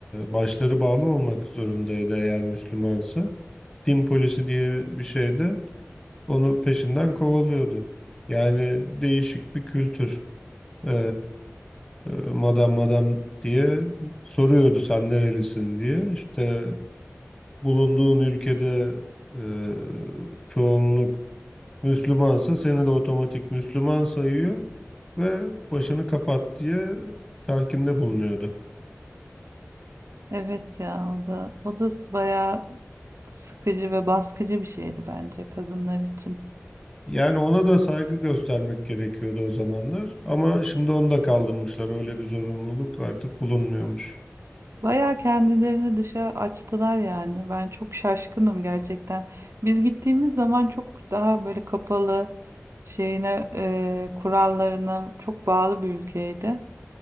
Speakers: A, on the left; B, on the right.
A: başları bağlı olmak zorundaydı eğer Müslümansa. Din polisi diye bir şeydi. onu peşinden kovalıyordu. Yani değişik bir kültür. E, madam madam diye soruyordu sen nerelisin diye. İşte bulunduğun ülkede e, çoğunluk Müslümansa seni de otomatik Müslüman sayıyor ve başını kapat diye telkinde bulunuyordu.
B: Evet ya o da o da bayağı sıkıcı ve baskıcı bir şeydi bence kadınlar için.
A: Yani ona da saygı göstermek gerekiyordu o zamanlar ama şimdi onu da kaldırmışlar. Öyle bir zorunluluk artık bulunmuyormuş.
B: Bayağı kendilerini dışa açtılar yani. Ben çok şaşkınım gerçekten. Biz gittiğimiz zaman çok daha böyle kapalı şeyine, e, kurallarına çok bağlı bir ülkeydi.